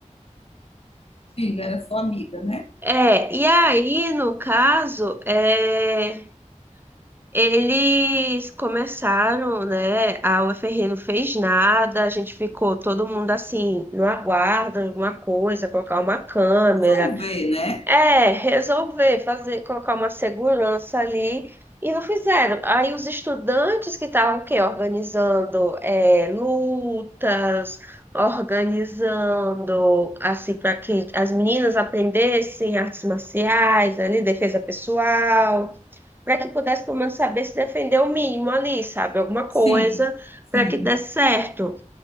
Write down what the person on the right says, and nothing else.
é, e aí, no caso, é. Eles começaram, né? A UFRN não fez nada, a gente ficou todo mundo assim, no aguardo, alguma coisa, colocar uma câmera.
É, resolver fazer, colocar uma segurança ali. E não fizeram. Aí os estudantes que estavam o quê? Organizando é, lutas, organizando assim para que as meninas aprendessem artes marciais, ali, defesa pessoal para que pudesse pelo menos saber se defender o mínimo ali, sabe? Alguma coisa
para que desse certo.